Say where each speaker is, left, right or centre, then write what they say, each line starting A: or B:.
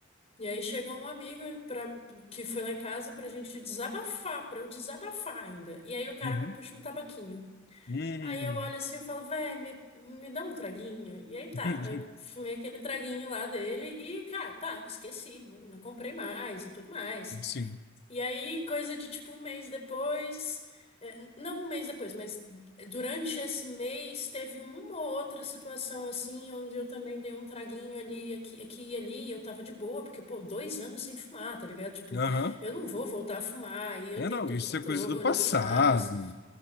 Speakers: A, on the left; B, on the left.
A: E aí chegou um amigo pra, que foi lá em casa pra gente desabafar, pra eu desabafar ainda. E aí o cara
B: Uhum.
A: me puxa um tabaquinho.
B: Uhum.
A: Aí eu olho assim e falo, véi, me, me dá um traguinho. E aí tá,
B: Entendi.
A: eu fumei aquele traguinho lá dele e, cara, tá, esqueci, não, não comprei mais e tudo mais.
B: Sim.
A: E aí, coisa de tipo um mês depois, eh, não um mês depois, mas durante esse mês teve uma ou outra situação assim, onde eu também dei um traguinho ali, aqui, aqui e ali, e eu tava de boa, porque, pô, dois anos sem fumar, tá ligado? Tipo,
B: Aham.
A: eu não vou voltar a fumar e eu
B: É,
A: tenho
B: não,
A: todo
B: isso
A: controle
B: é coisa do passado.
A: e tudo mais.